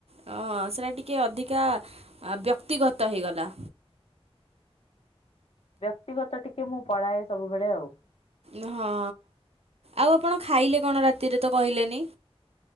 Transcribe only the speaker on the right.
ହଁ ସେଇଟା ଟିକେ ଅଧିକା ବ୍ୟକ୍ତିଗତ ହେଇଗଲା।
ହଁ ଆଉ ଆପଣ ଖାଇଲେ କଣ ରାତିରେ ତ କହିଲେନି।